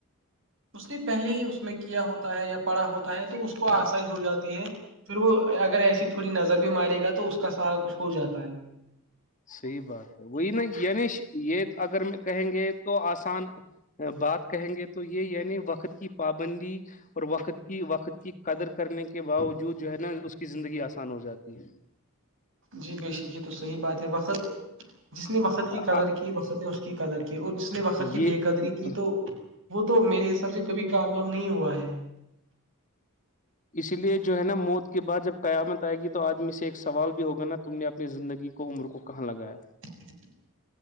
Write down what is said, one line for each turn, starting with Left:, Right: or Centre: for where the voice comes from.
Right: اس نے پہلے ہی اس میں کیا ہوتا ہے یا پڑھا ہوتا ہے تو اس کو آسائی ہو جاتی ہے پھر وہ اگر ایسی تھوڑی نظر بھی مارے گا تو اس کا سارا کچھ ہو جاتا ہے
Left: صحیح بات ہے وہی نا ینیش یہ اگر کہیں گے تو آسان بات کہیں گے تو یہ یعنی وقت کی پابندی اور وقت کی وقت کی قدر کرنے کے باوجود جو ہے نا اس کی زندگی آسان ہو جاتی ہے
Right: جی بے شک یہ تو صحی بات ہے وقت جس نے وقت
Left: ہے
Right: کی قدر کی وقت نے اس کی قدر کی اور جس نے وقت کی
Left: یہ
Right: بے قدری کی
Left: ہ
Right: تو وہ تو میرے حساب سے کبھی کامیاب نہیں ہوا ہے
Left: اسی لیے جو ہے نا موت کے بعد جب قیامت آئے گی تو آدمی سے ایک سوال بھی ہوگا نا تم نے اپنی زندگی کو عمر کو کہاں لگا ہے
Right: <inaudible>